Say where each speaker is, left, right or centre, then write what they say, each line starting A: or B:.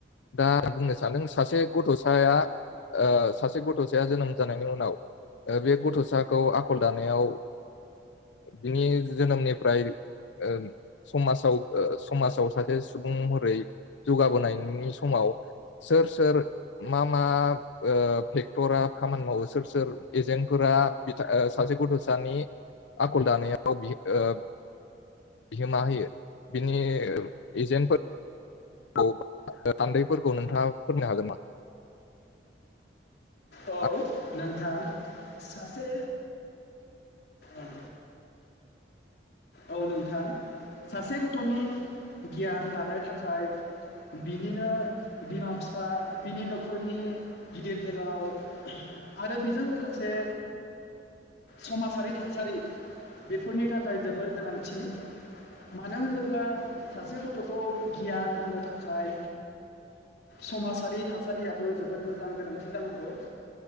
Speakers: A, on the left; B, on the left.
A: दा आं बुंनो सानदों सासे गथ'साया ओ सासे गथ'साया जोनोम जानायनि उनाव ओ बे गथ'साखौ आखल दानायाव ओ बिनि जोनोमनिफ्राय ओ समाजाव ओ समाजाव सासे सुबुं महरै जौगाबोनायनि समाव सोर सोर मा मा ओ फेक्टरा खामानि मावो सोर सोर एजेन्टफोरा आ बिथा ओ सासे गथ'सानि आखल दानायाव बियो ओ बिहोमा होयो बिनि एजेन्टफोर खौ थान्दैफोरखौ नोंथाङा फोरमायनो हागोन ना <inaudible>
B: औ नोंथां सासे ओं औ नोंथां सासे गथ'नि गियान लानो थाखाय बिनिनो बिमा बिफा बिनि न'खरनि गिदिर गोलाव आरो बेजों लोगोसे समाजारि थासारि बेफोरनि थाखाय जोबोर गोनांथि मानो होनोब्ला सासे गथ'खौ गियान होनो थाखाय समाजारि थासारियाबो जोबोद मोजां गोनांथि जानांगौ।